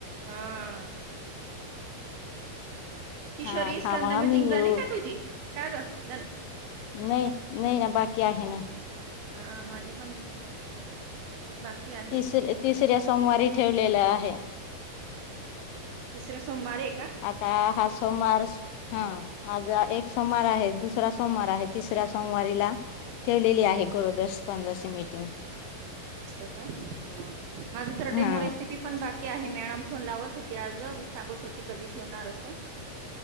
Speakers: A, on the right (about 75°); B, on the left (about 90°).
A: हा.
B: <unintelligible>
A: किशोरी
B: हा थांबा
A: स्तंद
B: हा
A: मिटिंग
B: मी
A: झाली
B: येऊ
A: का तुझी? काय ग झा न.
B: नाही. नाही ना बाकी आहे ना.
A: हा माझी पण. बाकी आहे
B: तिस तिसऱ्या सोमवारी ठेवलेलं आहे.
A: तिसर्या सोमवार ए.
B: आता हा सोमवार स हम्म आज - एक सोमवार आहे दुसरा सोमवार आहे तिसऱ्या सोमवारीला ठेवलेली आहे. <unintelligible> मिटिंग
A: अस का ह माझ तर डेमो
B: हा
A: रेसिपी पण बाकी आहे मॅडम. फोन लावत होती आज, सांगत होती कधी ठेवणार असं.